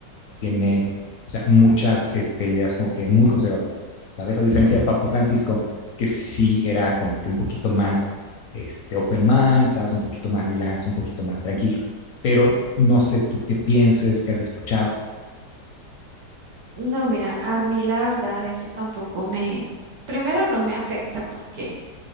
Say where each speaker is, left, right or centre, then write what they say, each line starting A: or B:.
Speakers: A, on the left; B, on the right.
A: tiene o sea, muchas este, ideas como que muy conservadoras, ¿sabes? A diferencia de Papa Francisco, que sí era como que un poquito más este, open mind, ¿sabes? Un poquito más relax, un poquito más tranquilo. Pero no sé tú qué pienses, qué has escuchado.
B: No, mira, a mí la verdad eso tampoco me, primero no me afecta porque,